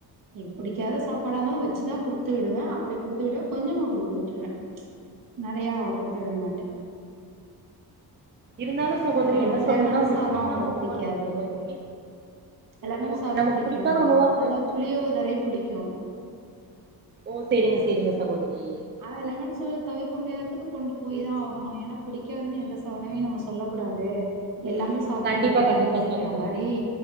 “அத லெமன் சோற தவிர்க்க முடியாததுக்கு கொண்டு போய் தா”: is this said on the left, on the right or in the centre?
Right